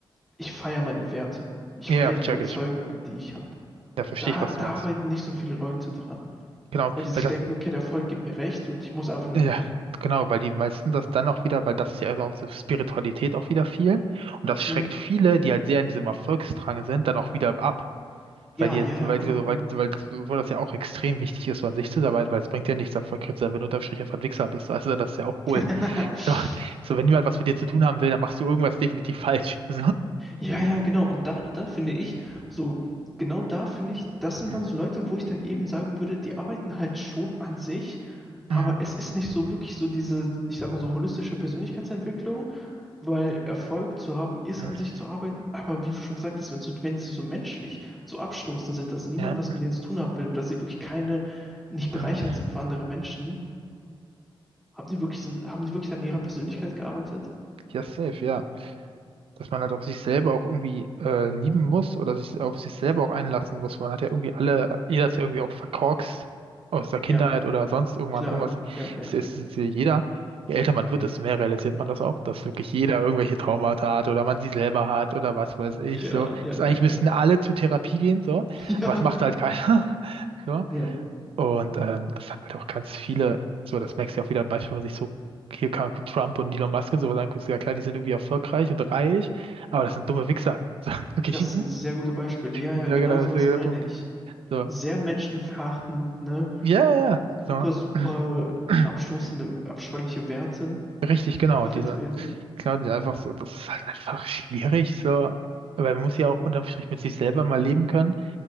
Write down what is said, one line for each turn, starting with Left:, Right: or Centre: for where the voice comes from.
Centre: ich feiere meine Werte. Ich
Right: ja,
Centre: feiere
Right: check
Centre: die Überzeugungen,
Right: ich.
Centre: die ich habe.
Right: Ja, verstehe
Centre: Und da,
Right: ich, was
Centre: da
Right: du meinst.
Centre: arbeiten nicht so viele Leute dran,
Right: Genau,
Centre: weil die sich
Right: weil das,
Centre: denken, okay, der Erfolg gibt mir recht und ich muss einfach einen
Right: Ja,
Centre: Erfolg haben.
Right: genau, weil die meisten das dann auch wieder, weil das ist ja auch so Spiritualität auch wieder viel. Und das schreckt
Centre: Mhm.
Right: viele, die halt sehr in diesem Erfolgsdrang sind, dann auch wieder ab.
Centre: Ja,
Right: Weil die,
Centre: ja, ja,
Right: weil
Centre: 100
Right: die,
Centre: Pro.
Right: weil, weil, weil das ja auch extrem wichtig ist, so an sich zu arbeiten, weil es bringt ja nichts, erfolgreich zu sein, wenn du unterm Strich einfach ein Wichser bist. Also das ist ja auch hohl.
Centre: <laughs>
Right: So, so wenn niemand was mit dir zu tun haben will, dann machst du irgendwas definitiv falsch. <laughs>
Centre: Ja, ja, genau. Und da, und da finde ich, so, genau da finde ich, das sind
Right: So.
Centre: dann so Leute, wo ich dann eben sagen würde, die arbeiten halt schon an sich, aber
Right: Mm, mm,
Centre: es ist nicht so wirklich so diese, ich sag mal so, holistische Persönlichkeitsentwicklung, weil Erfolg zu haben ist,
Right: mm,
Centre: an
Right: mm.
Centre: sich zu arbeiten. Aber wie du schon gesagt hast, wenn, so, wenn sie so menschlich so abstoßend sind, dass niemand
Right: Ja,
Centre: was mit denen zu tun haben will oder sie wirklich keine, nicht bereichernd
Right: mm.
Centre: sind für andere Menschen, haben die wirklich, sind, haben die wirklich an ihrer Persönlichkeit gearbeitet?
Right: ja, safe, ja. dass man halt auch sich selber auch irgendwie äh, lieben muss oder sich auf sich selber auch einlassen muss. Man hat ja irgendwie alle, jeder ist ja irgendwie auch verkorkst aus der Kindheit
Centre: Ja,
Right: oder sonst irgendwann
Centre: klar.
Right: irgendwas.
Centre: Ja, ja,
Right: Es ist,
Centre: ja.
Right: es ist ja jeder, je älter man wird, desto mehr realisiert man das auch, dass wirklich jeder irgendwelche Traumata hat oder man sie selber hat oder was weiß ich
Centre: Ja,
Right: so.
Centre: ja,
Right: Das eigentlich
Centre: ja,
Right: müssten
Centre: ja.
Right: alle zur Therapie gehen so,
Centre: <laughs> Ja.
Right: aber es macht halt keiner. <laughs> So.
Centre: Ja,
Right: Und ähm, das haben halt auch ganz viele, so das merkst du ja auch wieder, Beispiel, wenn man sich so, hier kann Trump und Elon Musk und sowas anguckt, ja klar, die sind irgendwie erfolgreich und reich, aber das sind dumme Wichser. So, <laughs> wirklich.
Centre: das sind sehr gute Beispiele. Ja,
Right: Ja,
Centre: ja, genau
Right: genau,
Centre: sowas
Right: das ist der
Centre: meine
Right: Punkt.
Centre: ich.
Right: So.
Centre: Sehr menschenverachtend, ne?
Right: Ja, ja, ja.
Centre: Super,
Right: So.
Centre: super
Right: <clears throat>
Centre: abstoßende, abscheuliche Werte,
Right: Richtig, genau,
Centre: die sie vertreten.
Right: diese, genau, diese einfach so, das ist halt einfach schwierig, so. Aber man muss ja auch unterm Strich mit sich selber mal leben können.